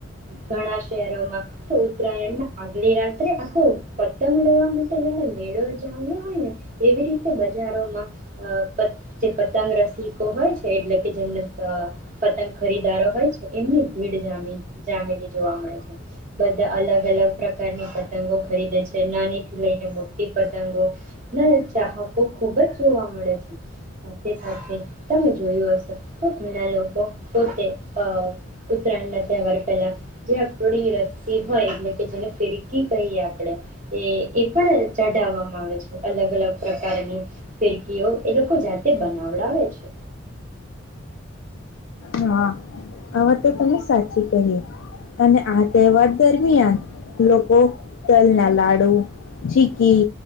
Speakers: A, on the right (about 35°); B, on the left (about 75°).
A: ઘણા શહેરોમાં તો ઉત્તરાયણના આગલી રાત આખો પતંગ લેવા માટે જાણે મેળો જામ્યો હોય ને એવી રીતે બજારોમાં અ પતં જે પતંગ રસિકો હોય છે એટલે કે જેમને અ પતંગ ખરીદારો હોય છે એમની ભીડી જામી જામેલી જોવા મળે છે બધા અલગ- અલગ પ્રકારની પતંગો ખરીદે છે. નાનીથી લઈને મોટી પતંગો ના ચાહકો ખુબ જ જોવા મળે છે. સાથે-સાથે તમે જોયું હશે તો ઘણા લોકો પોતે અ ઉત્તરાયણ ના તહેવાર પહેલા જે આપડી રસી હોય એટલે કે જેને ફિર કી કહીએ આપણેે એ એ પણ ચઢાવવામાં આવે છે અલગ-અલગ પ્રકારની ફિરકીઓ એ લોકો જાતે બનાવડાવે છે.
B: હા આવા તો તમે સાચી કહી અને આ તહેવાર દરમિયાન લોકો તલ ના લાડુ ચીકી